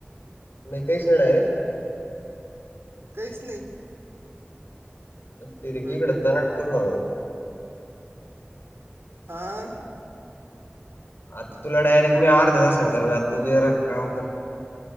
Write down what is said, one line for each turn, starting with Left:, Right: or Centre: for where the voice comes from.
Left: नाही कॅश आहे डायरेक्ट
Right: काहीच नाही
Left: ते
Right: बर
Left: इकडं दनाट चालू झाला
Right: अ
Left: आता तुला डायरेक्ट मी अर्ध्या तासाने करणार आता तू काम कर